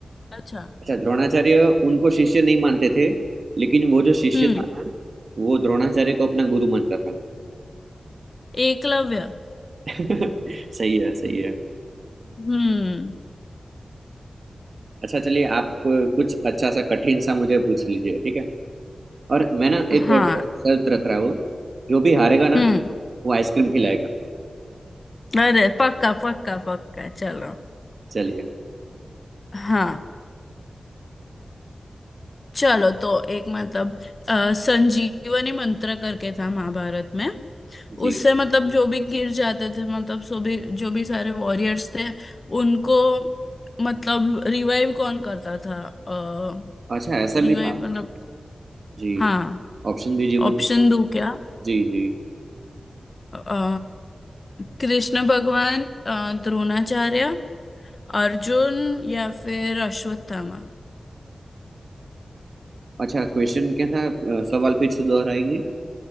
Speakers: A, on the left; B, on the right.
A: अच्छा
B: अच्छा द्रोणाचार्य उनको शिष्य नहीं मानते थे लेकिन वो जो शिष्य
A: हम्म
B: था ना वो द्रोणाचार्य को अपना गुरु मानता था
A: एकलव्य
B: <laughs> सही है सही है
A: हम्म
B: अच्छा चलिए आप कुछ अच्छा सा कठिन सा मुझे पूछ लीजिए ठीक है और मैं ना एक
A: हाँ
B: शर्त रख रहा हूँ जो भी हारेगा ना
A: हम्म
B: वो आइसक्रीम खिलाएगा
A: अरे पक्का पक्का पक्का चलो
B: चलिए
A: हाँ चलो तो एक मतलब अ, संजीवनी मंत्र करके था महाभारत में
B: जी
A: उससे मतलब जो भी गिर जाते थे मतलब सो भी जो भी सारे वॉरियर्स थे उनको मतलब रिवाइव कौन करता था अ
B: अच्छा ऐसा
A: रिवाइव
B: भी था
A: मतलब
B: जी
A: हाँ
B: ऑप्शन दीजिए
A: ऑप्शन
B: मुझे
A: दो क्या
B: जी जी
A: अ, कृष्ण भगवान अ, द्रोणाचार्य अर्जुन या फिर अश्वत्थामा
B: अच्छा क्वेश्चन क्या था अ, सवाल फिर से दोहराएंगे